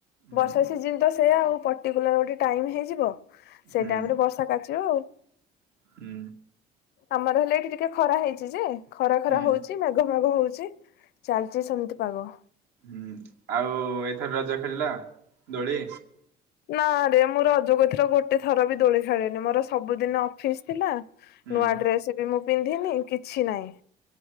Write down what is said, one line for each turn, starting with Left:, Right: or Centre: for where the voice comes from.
Right: ହୁଁ
Left: ବର୍ଷା ସିଜିିନ ତ ସେଇୟା ଆଉ ପର୍ଟିକୁଲାର ଗୋଟେ ଟାଇମ ହେଇଯିବ। ସେଇ
Right: ହୁଁ
Left: ଟାଇମ ରେ ବର୍ଷା କାଚିବ ଆଉ।
Right: ହୁଁ
Left: ଆମର ହେଲେ ଏଠି ଟିକେ ଖରା ହେଇଛି ଯେ ଖରା ଖରା
Right: ହୁଁ
Left: ହଉଛି ମ ପାଗ ମାଗ ହଉଛି ଚାଲିଚ ସେମିତି ପାଗ।
Right: ହୁଁ ଆଉ ଏଇଥର ରଜ ଖେଳିଲ ଦୋଳି
Left: ନା ରେ ମୁଁ ରଜକୁ ଏଥର ଗୋଟେ ଥର ବି ଦୋଳି ଖେଳେନି ମୋର ସବୁଦିନ ଅଫିସ ଥିଲା।
Right: ହୁଁ
Left: ନୂଆ ଡ୍ରେସ ବି ମୁଁ ପିନ୍ଧିନି କିଛି ନାହିଁ।